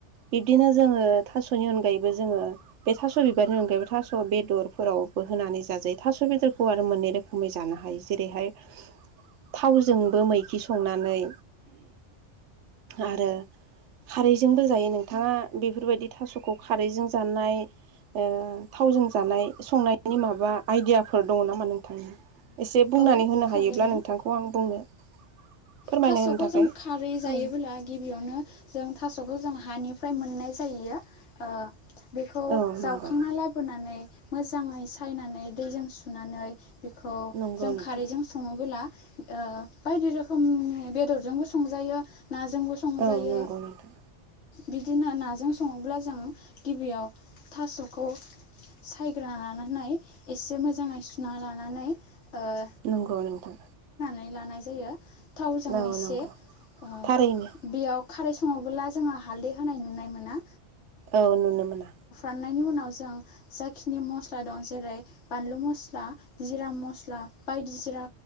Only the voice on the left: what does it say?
औ
थारैनो
थास'खौ
जों खारै
जायोबोब्ला गिबियावनो जों थास'खौ जों हा बेनिफ्राय मोननाय जायोना। ओ बेखौ <unintelligible>
जावखांना लाबोना <unintelligible> मोजाङै सायनानै दैजों सुनानै। बेखौ
जों
खारैजों सङोबोला ओ बायदि रोखोमनि बेदरजोंबो संजायो। नाजोंबो संजायो।
बिदिनो नाजों सङोब्ला जों गिबियाव थास'खौ सायग्राोना लानानै एसे मोजाङै सुना लानानै। ओ
<unintelligible> लानाय जायो। थावजों
एसे
ओ
बेयाव खारै सङोबोला जोङो हालदै होनाय नुनाय मोना।
नायनि उनाव जा खिनि माब्ला दं जेरै बानलु मस्ला जिरा मस्ला बायदि जिरा